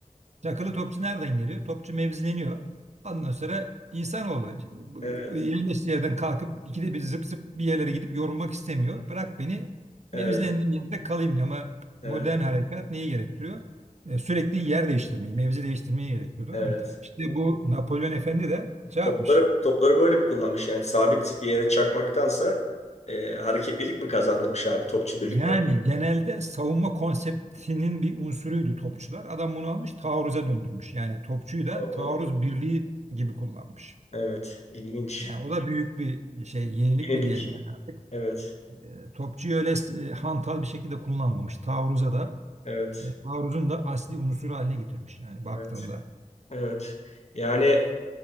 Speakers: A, on the right; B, on the left.
A: çakılı topçu nereden geliyor? Topçu mevzileniyor. Ondan sonra insanoğlu bu-
B: Evet.
A: bu yerleştiği yerden kalkıp ikide bir zıp zıp bir yerlere gidip yorulmak istemiyor. Bırak beni
B: Evet.
A: mevzilendiğim yerde kalayım diyor. ama
B: Evet.
A: modern harekat neyi gerektiriyor? E, sürekli yer değiştirmeyi, mevzi değiştirmeyi gerektiriyor. Tamam
B: Evet.
A: mı? İşte
B: Bu
A: bu Napolyon Efendi de şey
B: Topları,
A: yapmış.
B: topları böyle mi kullanmış yani sabit bir yere çakmaktansa e, hareketlilik mi kazandırmış abi topçu birlikler?
A: Yani genelde savunma konseptinin bir unsuruydu topçular. Adam bunu almış taarruza döndürmüş. Yani topçuyu da
B: Allah.
A: taarruz birliği gibi kullanmış.
B: Evet, ilginç.
A: Yani o da büyük bir şey yenilik
B: Yenilik.
A: mi diyelim yani artık.
B: Evet,
A: E, topçuyu öyle e, hantal bir şekilde kullanmamış. Taarruza da
B: evet,
A: e, taarruzun da asli unsuru haline getirmiş yani baktığında.
B: evet, evet. Yani